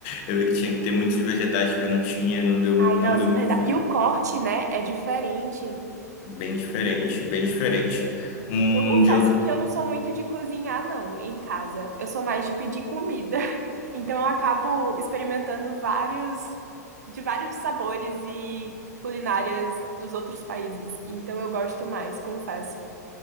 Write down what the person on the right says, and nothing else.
Ai,
nossa,
verdade.
E o corte, né, é diferente.
Eu confesso
que eu não sou muito de cozinhar, não, em casa. Eu sou mais de pedir comida. <laughs> Então eu acabo experimentando vários, de vários sabores e culinárias dos outros países. Então eu gosto mais, confesso.